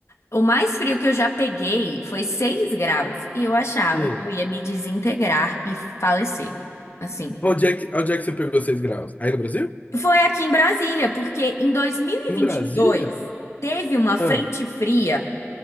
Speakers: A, on the left; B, on the left.
A: o mais frio que eu já peguei foi 6 graus e eu achava
B: Hum.
A: que eu ia me desintegrar e falecer. Assim,
B: Onde é que, onde é que você pegou 6 graus? Aí no Brasil?
A: foi aqui em Brasília, porque em 2022
B: Em Brasília?
A: teve uma frente
B: Ah.
A: fria.